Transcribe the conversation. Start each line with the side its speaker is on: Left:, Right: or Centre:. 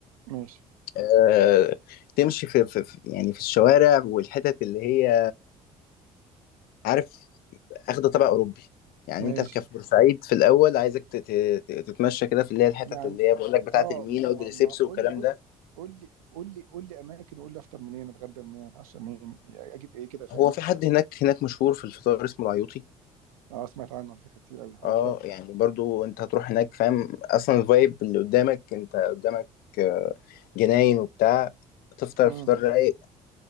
Right: ماشي
Left: آه تمشي في, في في- يعني في الشوارع والحتت اللي هي عارف اخده تبع اوروبي يعني
Right: ماشي
Left: انت في كف بورسعيد في الاول عايزك تت- تت- تتمشى كده في اللي هي الحتت
Right: يعني
Left: اللي هي بقول لك بتاعه
Right: اه
Left: المينا ودريسبس
Right: ما ما
Left: والكلام
Right: قول لي بص
Left: ده
Right: قول لي قول لي قول لي اماكن وقول لي افطر منين اتغدى منين اتعشى منين يعني اجيب ايه كده فاهم
Left: هو في حد هناك هناك مشهور في الفطار اسمه العيوطي
Right: اه سمعت عنه على فكره كتير قوي على
Left: اه
Right: الطرح
Left: يعني برضو انت هتروح هناك فاهم اصلا الفايب اللي قدامك انت قدامك آه، جناين وبتاع تفطر
Right: امم
Left: فطار رايق